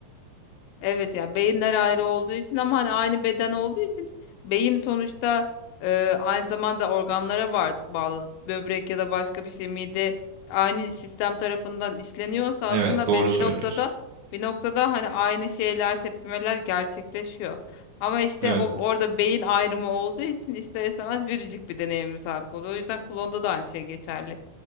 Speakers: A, on the left; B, on the right.
A: Evet ya beyinler ayrı olduğu için ama hani aynı beden olduğu için beyin sonuçta e, aynı zamanda organlara bağ- bağlı böbrek ya da başka bir şey mide aynı sistem tarafından işleniyorsa aslında
B: Evet, doğru
A: be-
B: söylüyorsun.
A: bir noktada bir noktada hani aynı şeyler tepkimeler gerçekleşiyor. Ama işte
B: Evet.
A: o orada beyin ayrımı olduğu için ister istemez biricik bir deneyime sahip oluyor. O yüzden klonda da aynı şey geçerli.